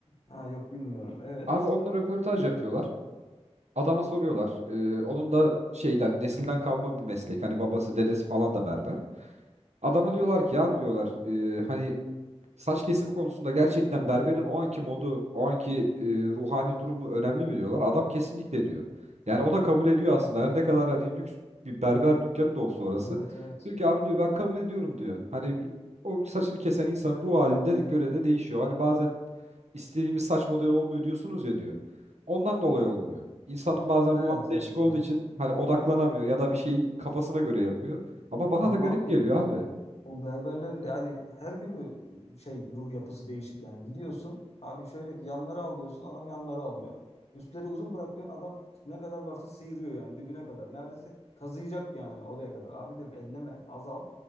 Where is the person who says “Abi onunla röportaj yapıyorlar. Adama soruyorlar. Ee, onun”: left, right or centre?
Right